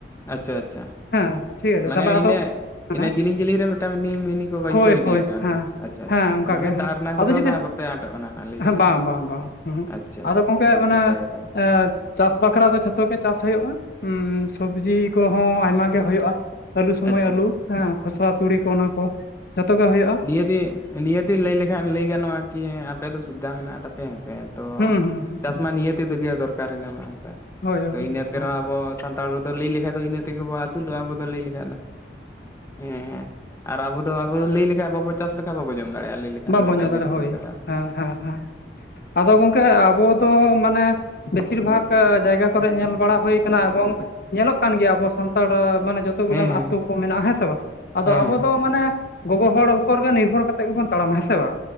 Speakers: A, on the left; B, on the left.
A: ᱟᱪᱪᱷᱟ ᱟᱪᱪᱷᱟ᱾
B: ᱦᱮᱸ᱾ ᱴᱷᱤᱠ ᱟᱪᱷᱮ
A: ᱢᱟᱱᱮ
B: ᱛᱟᱦᱚᱞᱮ ᱟᱫᱚ
A: ᱤᱱᱟᱹᱜ, ᱤᱱᱟᱹ
B: ᱦᱮᱸ
A: ᱡᱤᱞᱤᱧ ᱡᱤᱞᱤᱧ ᱨᱮ ᱢᱤᱫᱴᱟᱝ ᱢᱤᱱᱤ ᱢᱤᱱᱤ ᱠᱚ ᱵᱟᱹᱭᱥᱟᱹᱣ
B: ᱦᱳᱭ
A: ᱤᱫᱤ
B: ᱦᱳᱭ
A: ᱟᱠᱟᱜ-ᱟᱠᱚ ᱚᱝᱠᱟ
B: ᱦᱮᱸ
A: ᱟᱪᱪᱷᱟ
B: ᱦᱮᱸ
A: ᱟᱪᱪᱷᱟ᱾
B: ᱚᱱᱠᱟ
A: ᱢᱟᱱᱮ
B: ᱜᱮ ᱦᱮᱸ
A: ᱫᱟᱜ ᱨᱮᱱᱟᱜ
B: ᱟᱫᱚ
A: ᱠᱚᱫᱚ
B: ᱡᱩᱫᱤ
A: ᱩᱱᱟᱹᱜ ᱵᱟᱯᱮ ᱟᱸᱴᱚᱜ ᱠᱟᱱᱟ ᱱᱟᱜ? ᱞᱟᱹᱭ ᱞᱮᱠᱷᱟᱡ
B: ᱵᱟᱝ
A: ᱫᱚ
B: ᱵᱟᱝ ᱵᱟᱝ, ᱩᱦᱩᱸᱜ
A: ᱟᱪᱪᱷᱟ
B: ᱟᱫᱚ
A: ᱟᱪᱪᱷᱟ
B: ᱜᱚᱝᱠᱮ ᱚᱱᱮ
A: ᱱᱟᱯᱟᱭ ᱠᱟᱛᱷᱟ ᱜᱮ
B: ᱟᱸᱻ ᱪᱟᱥ ᱵᱟᱠᱷᱨᱟ ᱫᱚ ᱡᱷᱚᱛᱚ ᱜᱮ ᱪᱟᱥ ᱦᱩᱭᱩᱜ-ᱟ ᱥᱚᱵᱽᱡᱤ ᱠᱚᱦᱚᱸ ᱟᱭᱢᱟ ᱜᱮ ᱦᱩᱭᱩᱜ-ᱟ ᱟᱹᱞᱩ ᱥᱚᱢᱚᱭ
A: ᱟᱪᱪᱷᱟ
B: ᱟᱹᱞᱩ, ᱦᱮᱸ ᱠᱷᱚᱥᱞᱟ ᱛᱩᱲᱤ ᱠᱚ, ᱚᱱᱟ ᱠᱚ᱾ ᱡᱚᱛᱚ ᱜᱮ ᱦᱩᱭᱩᱜ-ᱟ᱾
A: ᱱᱤᱭᱟᱹᱛᱤ, ᱱᱤᱭᱟᱹᱛᱤ ᱞᱟᱹᱭ ᱞᱮᱠᱷᱟᱱ ᱞᱟᱹᱭ ᱜᱟᱱᱚᱜ-ᱟ ᱠᱤ ᱦᱮᱸ ᱟᱯᱮ ᱫᱚ ᱥᱩᱵᱤᱫᱷᱟ ᱢᱮᱱᱟᱜ ᱛᱟᱯᱮᱭᱟ ᱦᱮᱸ ᱥᱮ᱾ ᱛᱚ
B: ᱦᱩᱸ ᱦᱩᱸ
A: ᱪᱟᱥ ᱢᱟ ᱱᱤᱦᱟᱹᱛᱤ ᱜᱮ ᱫᱚᱨᱠᱟᱨ ᱚᱱᱟᱹᱢᱟ ᱦᱮᱸ ᱥᱮ
B: ᱦᱳᱭ
A: ᱛᱚ
B: ᱦᱳᱭ
A: ᱤᱱᱟᱹ ᱠᱟᱹᱨ
B: ᱦᱮᱸ
A: ᱟᱵ ᱥᱟᱱᱛᱟᱲ ᱦᱚᱲ ᱫᱚ ᱞᱟᱹᱭ ᱞᱮᱠᱷᱟᱡ ᱫᱚ ᱤᱱᱟᱹ ᱛᱮᱜᱵᱚ ᱟᱥᱩᱞ ᱡᱚᱱᱟᱜ-ᱟ, ᱟᱵᱚ ᱫᱚ ᱞᱟᱹᱭ ᱞᱮᱠ <unintelligible> ᱦᱮᱸ ᱦᱮᱸ ᱟᱨ ᱟᱵᱚ ᱫᱚ, ᱟᱵᱚ ᱞᱟᱹᱭ ᱞᱮᱠᱷᱟᱡ ᱵᱟᱵᱚ ᱪᱟᱥ ᱞᱮᱠᱟ ᱵᱟᱵᱚ ᱡᱚᱢ ᱫᱟᱲᱮᱭᱟᱜ-ᱟ ᱞᱟᱹᱭ ᱞᱮᱠᱷᱟᱡ
B: ᱵᱟᱵᱚᱱ
A: ᱫᱚ ᱮᱴᱟᱜ
B: ᱡᱚᱢ ᱫᱟᱲᱮᱭᱟᱜ-ᱟ
A: ᱡᱟᱹᱛ ᱠᱚ
B: ᱦᱳᱭ,
A: ᱞᱮᱠᱟ ᱫᱚ
B: ᱦᱮᱸ ᱦᱮᱸ ᱦᱮᱸ ᱟᱫᱚ ᱜᱚᱝᱠᱮ ᱟᱵᱚ ᱫᱚ ᱢᱟᱱᱮ ᱵᱤᱥᱤᱨ ᱵᱷᱟᱜᱽ ᱡᱟᱭᱜᱟ ᱠᱚᱨᱮᱜ ᱧᱮᱞ ᱵᱟᱲᱟ ᱦᱩᱭ ᱠᱟᱱᱟ ᱮᱵᱚᱝ ᱧᱮᱞᱚᱜ ᱠᱟᱱ ᱜᱮᱭᱟ ᱟᱵᱚ ᱥᱟᱱᱛᱟᱲ ᱢᱟᱱᱮ ᱡᱚᱛ ᱛᱚ ᱜᱩᱞᱟᱹᱱ
A: ᱦᱮᱸ ᱦᱮᱸ
B: ᱟᱹᱛᱩᱳ ᱠᱚ ᱢᱮᱱᱟᱜ-ᱟ ᱦᱮᱸ ᱥᱮ ᱵᱟᱝ ᱟᱫᱚ
A: ᱦᱮᱸ
B: ᱟᱵᱚ ᱫᱚ ᱢᱟᱱᱮ ᱜᱚᱜᱚ ᱦᱚᱲ ᱩᱯᱚᱨ ᱜᱮ ᱱᱤᱨᱵᱷᱚᱨ ᱠᱟᱛᱮ ᱜᱮᱵᱚᱱ ᱛᱟᱲᱟᱢᱟ ᱦᱮᱸ ᱥᱮ ᱵᱟᱝ,